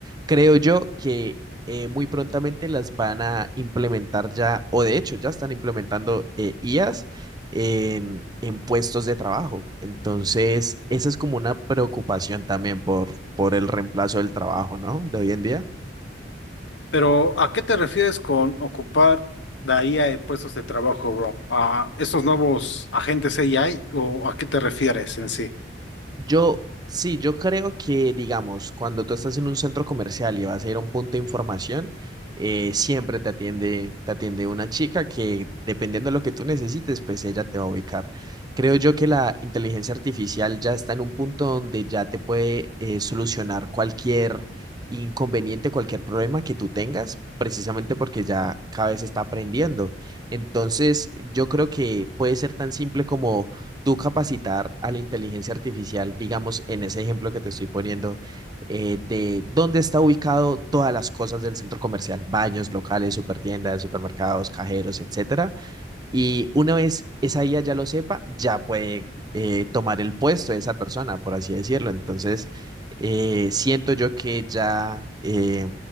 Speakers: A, on the right (about 20°); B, on the left (about 70°).
A: creo yo que eh, muy prontamente las van a implementar ya, o de hecho ya están implementando eh, IAs en, en puestos de trabajo. Entonces, esa es como una preocupación también por, por el reemplazo del trabajo, ¿no? De hoy en día.
B: Pero ¿a qué te refieres con ocupar la IA en puestos de trabajo, bro? ¿A estos nuevos agentes AI o a qué te refieres en sí?
A: Yo, sí, yo creo que, digamos, cuando tú estás en un centro comercial y vas a ir a un punto de información, eh, siempre te atiende, te atiende una chica que, dependiendo de lo que tú necesites, pues ella te va a ubicar. Creo yo que la inteligencia artificial ya está en un punto donde ya te puede eh, solucionar cualquier inconveniente, cualquier problema que tú tengas, precisamente porque ya cada vez está aprendiendo. Entonces, yo creo que puede ser tan simple como tú capacitar a la inteligencia artificial, digamos, en ese ejemplo que te estoy poniendo, eh, de dónde está ubicado todas las cosas del centro comercial, baños, locales, supertiendas, supermercados, cajeros, etcétera. Y una vez esa IA ya lo sepa, ya puede eh, tomar el puesto de esa persona, por así decirlo. Entonces, eh, siento yo que ya, eh,